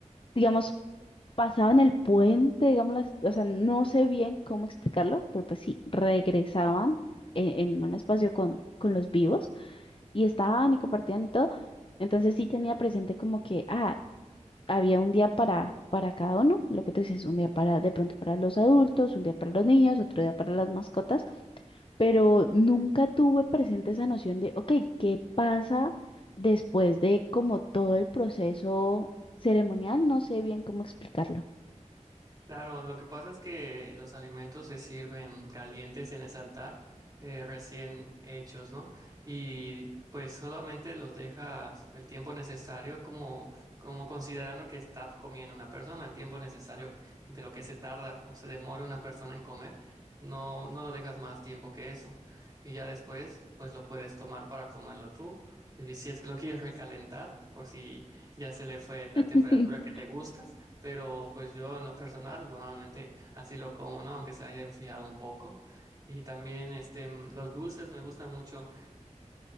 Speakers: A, on the left (about 45°); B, on the right (about 35°).
A: digamos, pasaban el puente, digamos, las- o sea, no sé bien cómo explicarlo, pero pues sí, regresaban en, en un espacio con, con los vivos y estaban y compartían y todo. Entonces sí tenía presente como que, ah, había un día para, para cada uno, lo que tú dices, un día para, de pronto para los adultos, un día para los niños, otro día para las mascotas, pero nunca tuve presente esa noción de, ok, ¿qué pasa después de como todo el proceso ceremonial? No sé bien cómo explicarlo.
B: Claro, lo que pasa es que los alimentos se sirven calientes en ese altar, eh, recién hechos, ¿no? Y pues solamente los dejas el tiempo necesario como, como considerando que está comiendo una persona, el tiempo necesario de lo que se tarda o se demora una persona en comer, no, no lo dejas más tiempo que eso. Y ya después, pues lo puedes tomar para comerlo tú. Y si es que lo quieres recalentar, por si ya se le fue la
A: <laughs>
B: temperatura que te gusta. Pero pues yo en lo personal normalmente así lo como, ¿no? Aunque se haya enfriado un poco. Y también este, mm, los dulces me gustan mucho